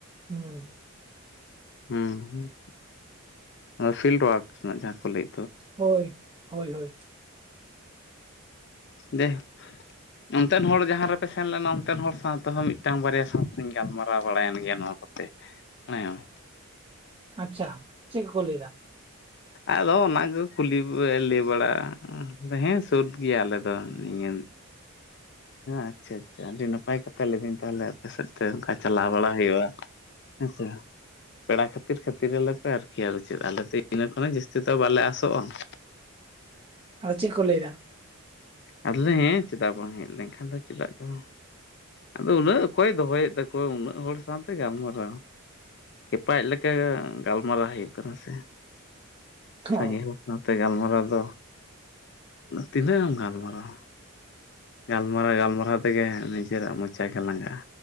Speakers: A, on the right; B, on the left.
A: ᱦᱮᱸ
B: ᱦᱮᱸ ᱟᱫᱚ ᱯᱷᱤᱞᱰ ᱚᱣᱟᱨᱠ ᱨᱮᱱᱟᱜ ᱡᱟᱦᱟᱸ ᱠᱚ ᱞᱟᱹᱭ
A: ᱦᱳᱭ ᱦᱳᱭ ᱦᱳᱭ
B: ᱫᱮᱦ ᱚᱱᱛᱮᱱ ᱦᱚᱲ ᱡᱟᱦᱟᱸ ᱨᱮᱯᱮ ᱥᱮᱱ ᱞᱮᱱᱟ ᱚᱱᱛᱮᱱ ᱦᱚᱲ ᱥᱟᱶᱛᱮᱦᱚᱸ ᱢᱤᱫᱴᱟᱝ ᱵᱟᱨᱭᱟ ᱥᱟᱶᱛᱮᱧ ᱜᱟᱞᱢᱟᱨᱟᱣ ᱵᱟᱲᱟᱭᱮᱱ ᱜᱮᱭᱟ ᱱᱚᱣᱟ ᱚᱱᱟ ᱠᱚᱛᱮ ᱦᱮᱸ
A: ᱟᱪᱷᱟ ᱪᱮᱫ ᱠᱚᱠᱚ ᱞᱟᱹᱭᱫᱟ?
B: ᱟᱫᱚ ᱚᱱᱟ ᱠᱚ ᱠᱩᱞᱤ ᱞᱟᱹᱭ ᱵᱟᱲᱟᱜᱼᱟ ᱦᱮᱸ ᱥᱟᱹᱫ ᱜᱮᱭᱟ ᱟᱞᱮ ᱫᱚ ᱱᱤᱭᱟᱹ <inaudible> ᱟᱪᱷᱟ ᱟᱪᱷᱟ ᱟᱹᱰᱤ ᱱᱟᱯᱟᱭ ᱠᱟᱛᱷᱟ ᱞᱟᱹᱭᱤᱫᱟᱹᱧ ᱛᱟᱦᱚᱞᱮ ᱟᱯᱮ ᱥᱮᱫ ᱛᱮ ᱚᱱᱠᱟ ᱪᱟᱞᱟᱣ ᱵᱟᱲᱟ ᱦᱩᱭᱩᱜᱼᱟ ᱦᱮᱸᱥᱮ ᱦᱟᱸᱜ ᱯᱮᱲᱟ ᱠᱷᱟᱹᱛᱤᱨ ᱠᱷᱟᱹᱛᱤᱨ ᱟᱞᱮ ᱯᱮ ᱟᱨᱠᱤ ᱟ ᱪᱮᱫ ᱟᱞᱮ ᱤᱱᱟᱹ ᱠᱷᱚᱱᱮ ᱡᱟᱹᱥᱛᱤ ᱫᱚᱚ ᱵᱟᱞᱮ ᱟᱥᱚᱜᱼᱟ <inaudible>
A: ᱟᱫᱚ ᱪᱮᱫ ᱠᱚ ᱞᱟᱹᱭᱫᱟ?
B: ᱟᱞᱮ ᱦᱮᱸ ᱪᱮᱫᱟᱜ ᱵᱟᱝ ᱦᱮᱸᱡ ᱞᱮᱱᱠᱷᱟᱱ ᱫᱚ ᱪᱮᱫᱟᱜ ᱜᱮ ᱵᱟᱝ? ᱟᱫᱚ ᱩᱱᱟᱹᱜ ᱚᱠᱚᱭ ᱫᱚᱦᱚᱭᱮᱫ ᱛᱟᱠᱚᱣᱟ ᱩᱱᱟᱹᱜ ᱦᱚᱲ ᱥᱟᱶᱛᱮ ᱜᱟᱞᱢᱟᱨᱟᱣ? ᱠᱷᱮᱯᱟᱤᱡ ᱞᱮᱠᱟ ᱜᱟᱞᱢᱟᱨᱟᱣ ᱦᱩᱭᱩᱜ ᱠᱟᱱᱟ ᱥᱮ ᱥᱟᱸᱜᱮ
A: ᱚ
B: ᱦᱚᱲ ᱥᱟᱶᱛᱮ ᱜᱟᱞᱢᱟᱨᱟᱣ ᱫᱚ ᱛᱤᱱᱟᱹᱜ ᱮᱢ ᱜᱟᱞᱢᱟᱨᱟᱣᱟ? ᱜᱟᱞᱢᱟᱨᱟᱣ ᱜᱟᱞᱢᱟᱨᱟᱣ ᱛᱮᱜᱮ ᱱᱤᱡᱮᱨᱟᱜ ᱢᱚᱪᱟ ᱜᱮ ᱞᱟᱸᱜᱟᱜᱼᱟ